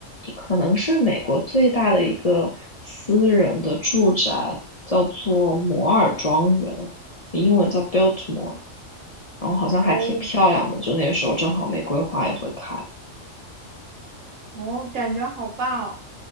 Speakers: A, on the left; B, on the right.
A: 可能是美国最大的一个私人的住宅，叫做摩尔庄园，英文叫 Biltmore，然后好像还挺漂亮的，
B: 哦
A: 就那时候正好玫瑰花也会开
B: 哦，感觉好棒啊